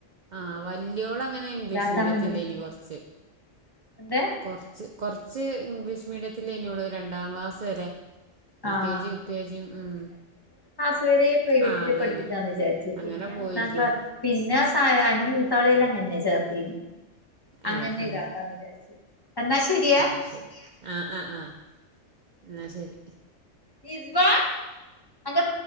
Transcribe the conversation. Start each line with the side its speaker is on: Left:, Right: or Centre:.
Right: ആഹ് വലിയോള് അങ്ങനെ ഇംഗ്ലീഷ്
Left: ഇതാക്കാൻ
Right: മീഡിയത്തിൽ എനി കൊറച്ച്.
Left: തെ
Right: കൊറച്ച് കൊറച്ച് ഇംഗ്ലീഷ് മീഡിയയത്തിലായി നി ഓള് രണ്ടാം ക്ലാസ് വരെ L
Left: ah
Right: K G U K G ഉം
Left: ശെരി പ്രൈവറ്റില്
Right: ആ അതന്നെ
Left: പഠിപ്പിക്കാന്ന് വിചാരിച്ചു
Right: അങ്ങനെ
Left: പിന്നെ
Right: പോയിരുന്നു
Left: ഒന്നാം ക്ലാസ് പിന്നെ ആ അന്റെ മൂത്താളിൽ അങ്ങനെ ചേർത്തി അങ്ങനെ
Right: ഏ ആ
Left: ഇതാക്കാന്ന് വിചാരിച്ചു എന്നാ ശരിയാ
Right: എന്നാ ശരിയാ ആ ആ ആഹ് എന്ന ശരി.
Left: നിസ്ബ അൻ്റെ